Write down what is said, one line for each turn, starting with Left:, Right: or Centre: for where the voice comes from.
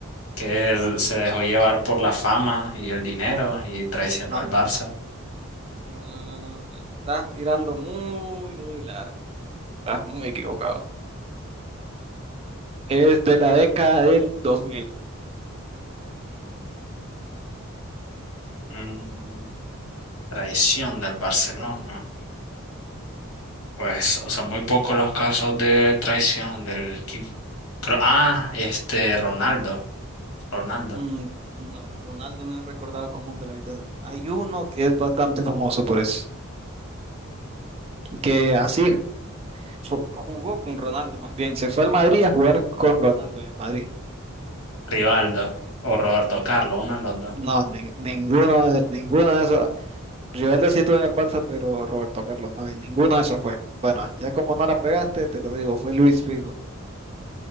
Left: que
Right: no,
Left: él se dejó llevar por la fama y el dinero y traicionó
Right: no,
Left: al
Right: no,
Left: Barça.
Right: no, no, no, no, no, no. Estás tirando muy, muy largo. Estás muy equivocado. Es de la década del dos mil
Left: Mm, traición del Barcelona. Pues, o sea, muy pocos los casos de traición del equipo. Creo- ah, este, Ronaldo, Ronaldo,
Right: Mm, no, Ronaldo no es recordado como un traidor. Hay uno que es bastante famoso por eso, que así fu- jugó con Ronaldo más bien, se fue al Madrid a jugar con Ronaldo en el Madrid.
Left: Rivaldo o Roberto Carlos, uno de los dos.
Right: No, ni- ninguno, de- ninguno de esos. Rivaldo sí estuvo en el Barça, pero Roberto Carlos no, y ninguno de esos fue. Bueno, ya como no la pegaste, te lo digo, fue Luis Figo.